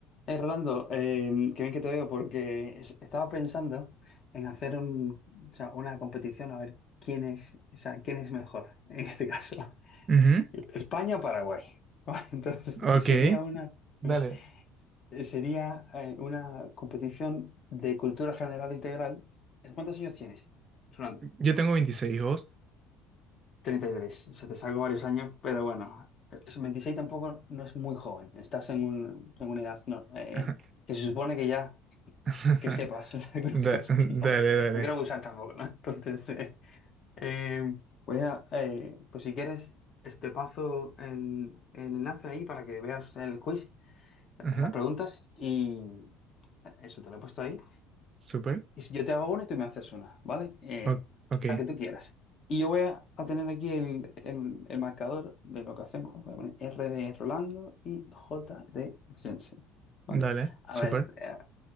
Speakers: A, on the left (about 40°); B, on the right (about 30°).
A: Eh, Rolando, eh, qué bien que te veo porque es- estaba pensando en hacer un, o sea, una competición a ver quién es, o sea, quién es mejor <laughs> en este caso.
B: Ujú,
A: <laughs> España o Paraguay. <laughs> Entonces,
B: Ok.
A: sería una,
B: Dale.
A: <laughs> sería eh, una competición de cultura general integral. ¿Cuántos años tienes, Rolando?
B: Yo tengo 26 hijos
A: 33. O sea, te salgo varios años, pero bueno, es- 26 tampoco no es muy joven. Estás en, un- en una edad no, eh,
B: Ajá.
A: que se supone que ya
B: <laughs>
A: que sepas <laughs> algunas
B: Da-
A: cosas.
B: dale,
A: No,
B: dale.
A: no quiero abusar tampoco, ¿no? Entonces, eh, eh, voy a, eh, pues si quieres, este paso el, el enlace ahí para que veas el quiz,
B: Ajá.
A: las preguntas y eso te lo he puesto ahí.
B: Súper.
A: Y si yo te hago una y tú me haces una, ¿vale? Eh,
B: O- ok.
A: la que tú quieras. Y yo voy a, a tener aquí el, el- el marcador de lo que hacemos. Voy a poner R de Rolando y J de Jensen, ¿vale?
B: Dale.
A: A
B: Súper.
A: ver, eh,